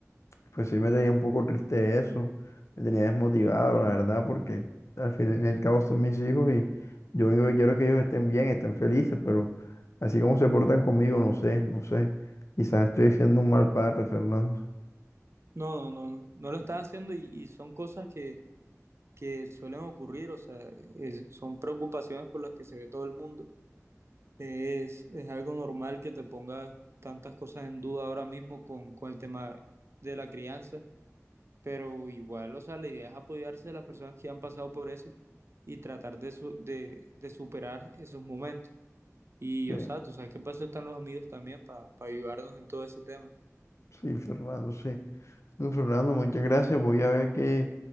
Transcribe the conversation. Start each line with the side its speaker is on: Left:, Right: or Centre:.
Left: pues sí me tenía un poco triste eso, me tenía desmotivado, la verdad, porque al final y al cabo son mis hijos y yo lo único que quiero es que ellos estén bien, estén felices, pero así como se portan conmigo, no sé, no sé, quizás estoy siendo un mal padre, Fernando.
Right: No, no, no, no, no lo estás haciendo y, y son cosas que, que suelen ocurrir, o sea, es- son preocupaciones por las que se ve todo el mundo. Es, es algo normal que te pongas tantas cosas en duda ahora mismo con, con el tema de la crianza pero igual, o sea, la idea es apoyarse a las personas que han pasado por eso y tratar de, su- de, de superar esos momentos. Y,
Left: Sí.
Right: o sea, tú sabes qué pasó, están los amigos también para ayudarnos en todo ese tema.
Left: Sí, Fernando, sí. No, Fernando, muchas gracias. Voy a ver qué,